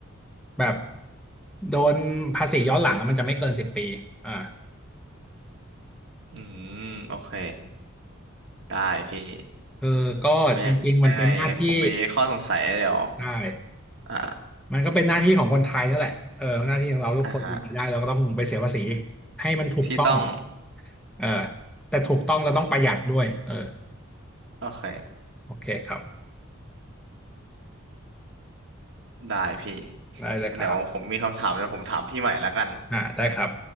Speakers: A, in the centre; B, on the right.
A: แบบโดนภาษีย้อนหลังมันจะไม่เกินสิบปีอ่า
B: อืมโอเคได้พี่
A: คือก็จริงๆมันเป็นหน้าที่
B: ไว้ยังไงผมมีข้อสงสัยเดี๋ยว
A: ใช่
B: อ่า
A: มันก็เป็นหน้าที่ของคนไทยนั่นแหละเออหน้าที่ของเราทุกคนมีรายได้เราก็ต้องไปเสียภาษี
B: อ่าฮะ
A: ให้มันถูกต้อง
B: ที่ต้อง
A: เออแต่ถูกต้องเราต้องประหยัดด้วยเออ
B: โอเค
A: โอเคครับ
B: ได้พี่
A: ได้เลยครับ
B: งั้นเดี๋ยวผมมีคำถามเดี๋ยวผมถามพี่ใหม่แล้วกัน
A: อ่าได้ครับ